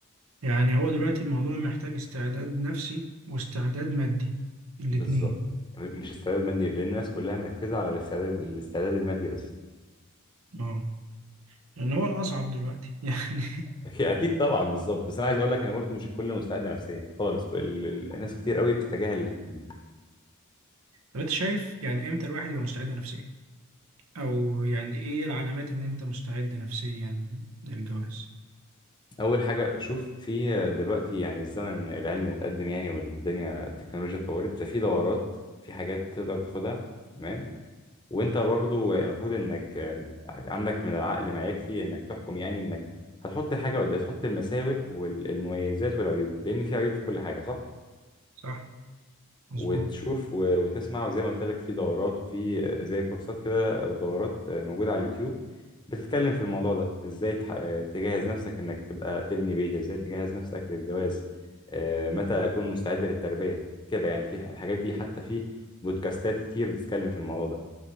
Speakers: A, on the right (about 75°); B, on the left (about 20°).
A: يعني هو دلوقتي الموضوع محتاج استعداد نفسي واستعداد مادي الاتنين
B: بالظبط مش استعداد مادي لان الناس كلها مركزه على الاستعداد الاستعداد المادي بس
A: اه لان هو الاصعب دلوقتي <laughs> يعني
B: اكيد اكيد طبعا بالظبط بس انا عايز اقول لك انا برضو مش الكل مستعد نفسيا خالص كل ال- ال- الناس كتير قوي بتتجاهل الحته دي
A: طب انت شايف يعني امتى الواحد يبقى مستعد نفسيا او يعني ايه العلامات ان انت مستعد نفسيا للجواز
B: اول حاجه اشوف في دلوقتي يعني الزمن العلم اتقدم يعني والدنيا التكنولوجيا اتطورت ففي دورات في حاجات تقدر تاخدها تمام وانت برضو المفروض انك آم، عندك من العقل ما يكفي انك تحكم يعني انك هتحط الحاجه قدام تحط المساوئ والمميزات والعيوب لان في عيوب في كل حاجه صح
A: صح مظبوط
B: وتشوف و- وتسمع وزي ما قلت لك في دورات وفي زي كورسات كده او دورات موجوده على اليوتيوب بتتكلم في الموضوع ده ازاي تح- تجهز نفسك انك تبقى تبني بيت ازاي تجهز نفسك للجواز آه، متى اكون مستعد للتربيه كده يعني في الحاجات دي حتى في بودكاستات كتير بتتكلم في الموضوع ده